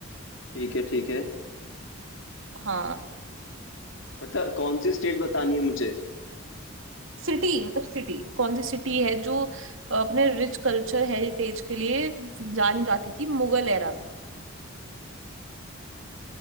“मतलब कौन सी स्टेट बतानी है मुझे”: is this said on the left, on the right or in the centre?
Left